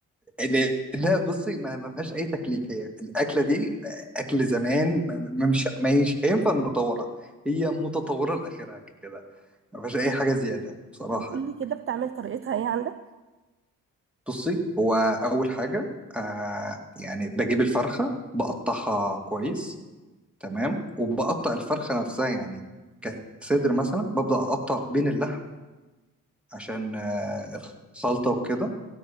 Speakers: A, in the centre; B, on the right.
A: لا لا، بصي ما ما فيهاش أي تكليف هي الأكلة دي أكل زمان ما ما- مش ما مش هينفع نطورها هي متطورة لآخرها كده ما فيهاش أي حاجة زيادة بصراحة
B: قولي
A: يعني.
B: كده بتعمل طريقتها ايه عندك
A: بصي هو اول حاجه آه يعني بجيب الفرخه بقطعها كويس تمام وبقطع الفرخه نفسها يعني كصدر مثلا ببدا اقطع بين اللحم عشان آه الخلطه وكده